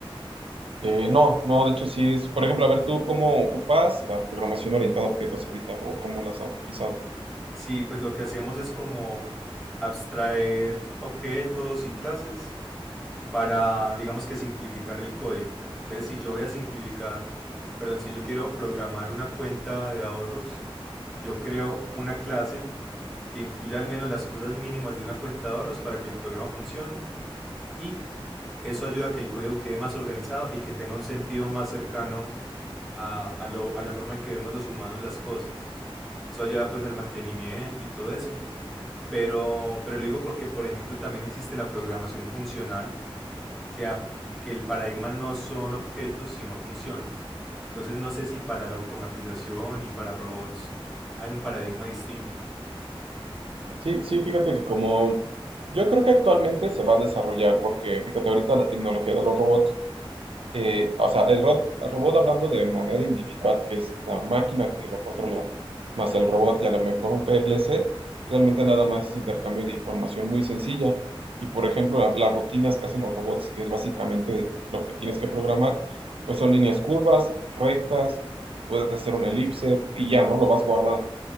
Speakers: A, on the right; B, in the centre.
A: Eh, no, no, de hecho sí es, por ejemplo, a ver tú cómo ocupas la programación orientada a objetos ahorita o cómo las has utilizado.
B: Sí, pues lo que hacemos es como abstraer objetos y clases para, digamos que simplificar el código. Entonces, si yo voy a simplificar, perdón, si yo quiero programar una cuenta de ahorros, yo creo una clase que incluya al menos las cosas mínimas de una cuenta de ahorros para que el programa funcione y eso ayuda a que el código quede más organizado y que tenga un sentido más cercano a, a, lo, a la forma en que vemos los humanos las cosas. Eso ayuda pues al mantenimiento y todo eso. Pero, pero lo digo porque, por ejemplo, también existe la programación funcional, que, a- que el paradigma no son objetos, sino funciones. Entonces no sé si para la automatización y para robots hay un paradigma distinto.
A: Sí, sí, fíjate que como yo creo que actualmente se va a desarrollar, porque fíjate, ahorita la tecnología de los robots eh, o sea, el ro- el robot hablando de manera individual, que es la máquina que lo controla, más el robot y a lo mejor un PLC, realmente nada más es intercambio de información muy sencilla. Y por ejemplo, la- las rutinas que hacen los robots, que es básicamente lo que tienes que programar, pues son líneas curvas, rectas, puedes hacer una elipse y ya, ¿no? Lo vas guardando.